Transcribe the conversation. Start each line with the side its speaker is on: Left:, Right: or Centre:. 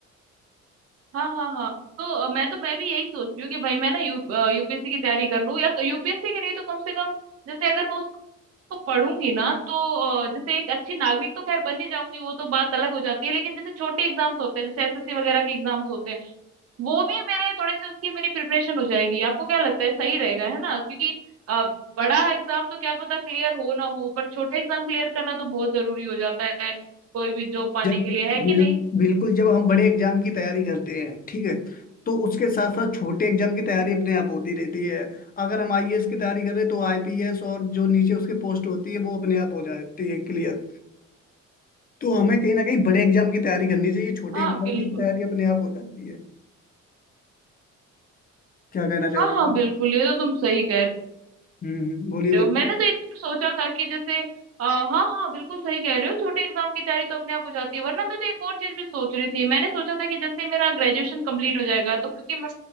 Right: हाँ हाँ हाँ तो अ, मैं तो मैं भी यही सोच रही हूँ कि भाई मैं ना यू, यूपीएससी की तैयारी कर लूँ या तो यूपीएससी की नहीं तो कम से कम जैसे अगर मैं उसको पढ़ूंगी ना तो अ, जैसे एक अच्छी नागरिक तो खैर बन ही जाऊंगी वो तो बात अलग हो जाती है लेकिन जैसे छोटे एग्जाम्स होते हैं जैसे एसएससी वगैरह के एग्जाम्स होते हैं वो भी मेरे थोड़े से उसकी मेरी प्रिपरेशन हो जाएगी आपको क्या लगता है सही रहेगा है ना क्योंकि अ, बड़ा एग्जाम तो क्या पता क्लियर हो ना हो पर छोटे एग्जाम क्लियर करना तो बहुत जरूरी हो जाता है कोई भी जॉब पाने
Left: जब
Right: के लिए है कि
Left: बिल,
Right: नहीं
Left: बिल्कुल जब हम बड़े एग्जाम की तैयारी करते हैं ठीक है तो उसके साथ साथ छोटे एग्जाम की तैयारी अपने आप होती रहती है अगर हम आईएएस की तैयारी कर रहे हैं तो आईपीएस और जो नीचे उसके पोस्ट होती है वो अपने आप हो जाती है क्लियर तो हमें कहीं ना कहीं बड़े एग्जाम की तैयारी करनी चाहिए छोटे
Right: हाँ
Left: एग्जाम
Right: बिल्कुल
Left: की तैयारी अपने आप हो जाती है क्या कहना चाहोगे
Right: हाँ हाँ बिल्कुल ये तो तुम सही कह रहे
Left: हम्म हम्म, बोलिए बोलिए
Right: हो मैंने तो एक बार सोचा था कि जैसे अ, हाँ हाँ बिल्कुल सही कह रहे हो छोटे एग्जाम की तैयारी तो अपने आप हो जाती है वरना मैं तो एक और चीज भी सोच रही थी मैंने सोचा था कि जैसे मेरा ग्रेजुएशन कंप्लीट हो जाएगा तो क्योंकि मैं